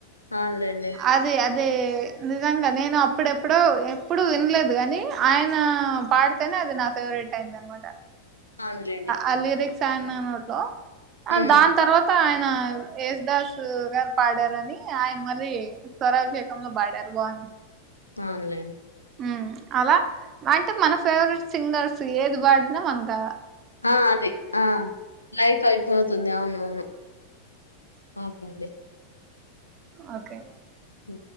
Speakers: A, on the left (about 85°); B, on the right (about 30°).
A: ఆ అవునులేండి
B: అదే అదే నిజంగా నేను అప్పుడే ఇప్పుడు ఎప్పుడు వినలేదు కాని ఆయన పాడితేనే అది నా ఫేవరెట్ అయింది అనమాట
A: అవునులేండి
B: ఆ లిరిక్స్ కోట్లో
A: హ్మ్
B: ఆ దాని తర్వాత ఆయన ఎసదాసు పాడారని ఆయన మ అే సరవ చె కమంలో బాడారు బంద
A: ఆన్లైన్
B: ఉ అలా అంటే మన ఫేవరెట్ సింగర్స్ ఏది వాడినా మనగా
A: ఆ అదే ఆ క్యి స్తుంది అవును అవును ఓకండి
B: ఓకే
A: అ